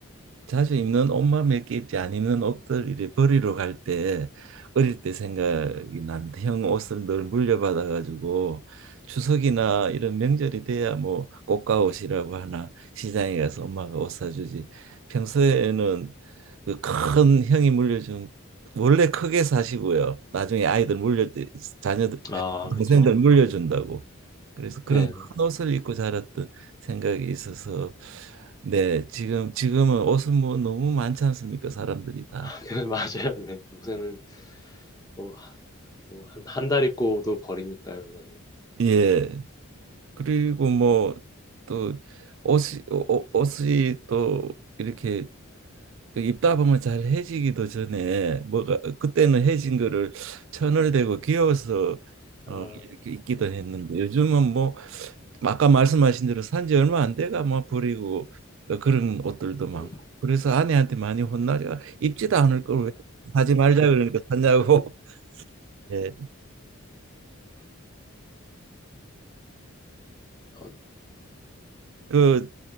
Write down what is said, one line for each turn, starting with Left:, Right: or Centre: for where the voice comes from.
Right: 자주 입는 옷만 몇 개 입지 안 입는 옷들 이래 버리러 갈 때 어릴 때 생각이 나는데 형 옷을 늘 물려받아 가지고 추석이나 이런 명절이 돼야 뭐 꽃가옷이라고 하나 시장에 가서 엄마가 옷 사주지 평소에는 그 큰 형이 물려준 원래 크게 사시고요 나중에 아이들 물려 자녀들
Left: 아, 그죠.
Right: 동생들 물려준다고 그래서 그런
Left: 네네.
Right: 큰 옷을 입고 자랐던 생각이 있어서 네, 지금 지금은 옷은 뭐 너무 많지 않습니까? 사람들이 다.
Left: <laughs> 맞아요. 네. 요새는 뭐, 뭐 한, 한 달 입고도 버리니까요, 요새는.
Right: 예. 그리고 뭐 또 옷이 옷- 옷이 또 이렇게 그 입다 보면 잘 해지기도 전에 뭐가 그때는 해진 거를 천을 대고 귀여워서
Left: 아,
Right: 어 이렇게 입기도 했는데 요즘은 뭐 아까 말씀하신 대로 산지 얼마 안 돼가 뭐 버리고 어, 그런 옷들도 많고
Left: 네,
Right: 그래서 아내한테 많이 혼나려 입지도 않을 걸 왜 사지 말자 그러니까 샀냐고 예.
Left: 어,
Right: 그